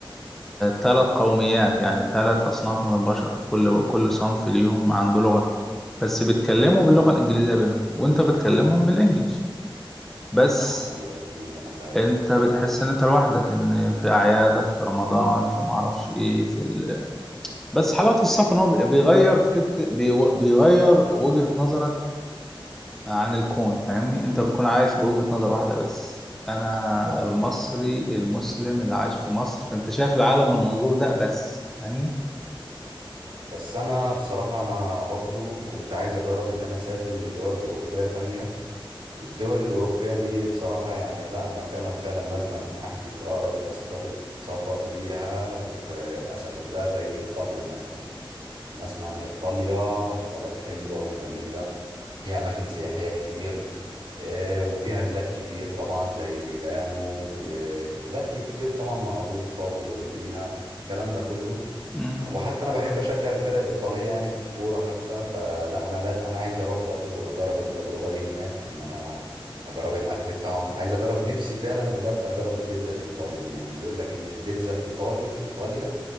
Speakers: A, in the centre; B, on the right.
A: ثلاث قوميات يعني ثلاث أصناف من البشر كل كل صنف ليهم عنده لغة بس بيتكلموا باللغة الإنجليزية بينهم وأنت بتكلمهم بالإنجليش بس
B: ايوه اكيد انا فاهم
A: أنت
B: الكلام
A: بتحس
B: ده كله
A: إن أنت لوحدك إن في أعيادك في رمضان في معرفش إيه في ال... بس حلاوة السفر إن هو بيغير فك بي... بيغير وجهة نظرك عن الكون فاهمني انت بتكون عايش بوجهة نظر واحدة بس انا
B: طب
A: المصري المسلم اللي عايش في مصر فانت شايف العالم من المنظور ده بس فاهمني
B: بس انا بصراحة انا برضو كنت عايز اجرب ان انا اسافر لدول اوروبية تانية الدول الأوروبية دي بصراحة يعني لا أنا فعلا فعلا لازم أحجز أقرب تذكرة سفر ليها وأسافر لها زي إيطاليا مثلا أنا أسمع إن إيطاليا بلد حلوة وجميلة فيها أماكن سياحية كتير آه، وفيها بلاد كتير طبعا زي ميلانو وبلاد كتير طبعا معروفة وفرونتينا الكلام ده كله
A: مم.
B: وحتى انا بحب اشجع الفرق الايطاليه يعني في الكوره حتى فلا انا لا انا عايز اروح برضو اجرب التجربه دي هناك وان انا اجرب الاكل بتاعهم عايز اجرب نفسي فعلا بجد اجرب البيتزا الايطالي دي يعني بيقول لك ان البيتزا الايطالي في ايطاليا